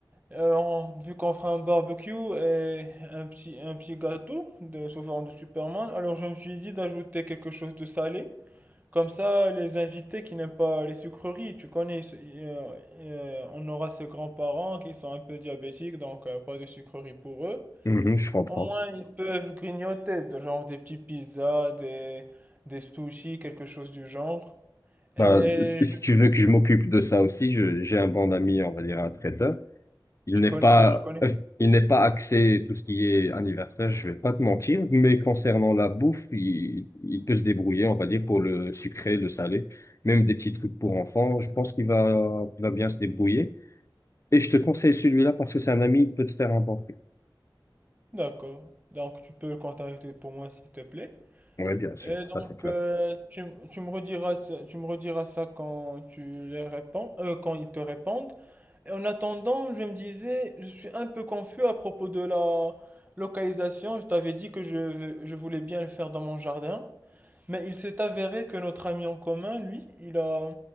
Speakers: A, on the right (about 20°); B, on the left (about 35°).
A: Euh, on- vu qu'on fera un barbecue et un petit, un petit gâteau de, sous forme de Superman, alors je me suis dit d'ajouter quelque chose de salé. Comme ça, les invités qui n'aiment pas les sucreries, tu connais, ils se- ils, euh, euh, on aura ses grands-parents qui sont un peu diabétiques, donc euh, pas de sucreries pour eux.
B: Mhm, je comprends.
A: Au moins, ils peuvent grignoter, de genre des petits pizzas, des, des sushis, quelque chose du genre. Et
B: Ben, si si
A: je-
B: tu veux que je m'occupe de ça aussi, je, j'ai un bon ami, on va dire un traiteur. Il
A: tu
B: n'est
A: connais,
B: pas
A: ah, tu connais,
B: euh, il n'est pas axé tout ce qui est anniversaire, je vais pas te mentir, mais concernant la bouffe, il, il peut se débrouiller, on va dire, pour le sucré, le salé, même des petits trucs pour enfants. Je pense qu'il va il va bien se débrouiller. Et je te conseille celui-là parce que c'est un ami, il peut te faire un bon.
A: d'accord. Donc, tu peux le contacter pour moi, s'il te plaît.
B: Oui, bien sûr,
A: Et
B: ça
A: donc,
B: c'est clair.
A: euh, tu, tu me rediras, ça- tu me rediras ça quand tu les réponds, euh, quand ils te répondent. Et en attendant, je me disais, je suis un peu confus à propos de la localisation. Je t'avais dit que je, je voulais bien le faire dans mon jardin. Mais il s'est avéré que notre ami en commun, lui, il a,